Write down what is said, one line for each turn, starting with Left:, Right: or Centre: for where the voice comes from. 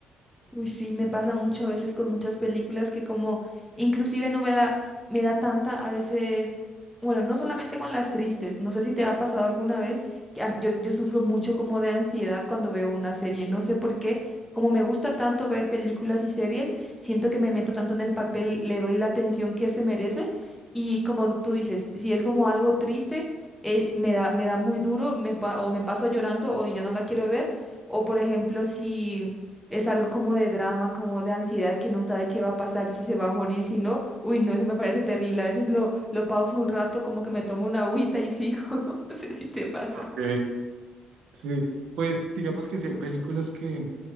Centre: Uy, sí, me pasa mucho a veces con muchas películas que como inclusive no me da, me da tanta a veces, bueno, no solamente con las tristes, no sé si te ha pasado alguna vez, que a- yo, yo sufro mucho como de ansiedad cuando veo una serie, no sé por qué, como me gusta tanto ver películas y series, siento que me meto tanto en el papel, le doy la atención que se merece y como tú dices, si es como algo triste, eh, me da, me da muy duro, me, pa- o me paso llorando o ya no la quiero ver, o por ejemplo si... Es algo como de drama, como de ansiedad que no sabe qué va a pasar, si se va a morir, si no. Uy, no, eso me parece terrible. A veces lo, lo pauso un rato, como que me tomo una agüita y sigo. <laughs> No sé si te pasa.
Right: Ok, Sí, pues digamos que sí hay películas que,